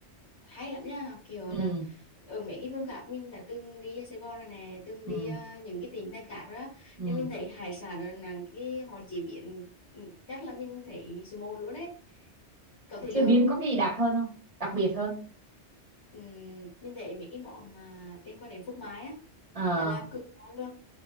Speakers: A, on the left (about 75°); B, on the right (about 30°).
A: hay lắm nha, kiểu
B: Ừ.
A: là ở mấy cái vùng khác mình đã từng đi Sài Gòn rồi nè, từng
B: Ừ.
A: đi à, những cái tỉnh thành khác đó
B: ừ.
A: nhưng mình thấy hải sản ở Đà Nẵng cái họ chế biến ừ, chắc là mình thấy số một luôn đấy. Có thể
B: chế
A: là hợp
B: biến
A: gu.
B: có cái gì đặc hơn không đặc biệt hơn
A: Ừm, mình thấy mấy cái món mà liên quan đến phô mai á
B: ờ
A: là làm cực ngon luôn